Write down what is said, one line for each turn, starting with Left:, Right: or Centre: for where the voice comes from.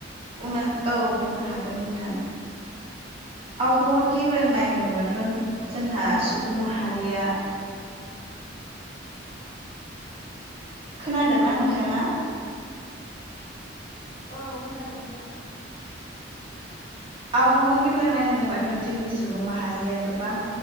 Right: बुंनो औ बुंनो हागोन नोंथां। आबहावा गेब्रोंनाय होनोबाथ'
Left: अ
Right: जोंहा
Left: दे नोंथां
Right: सुबुं
Left: नोंबो
Right: माहारिया। खोनादोंना नोंथाङा?
Left: औ खोनादों नोंथां।
Right: <inaudible> आबहावा गेब्रांनाय होनोबाथ' जोंनि सुबुं माहारिया गोबां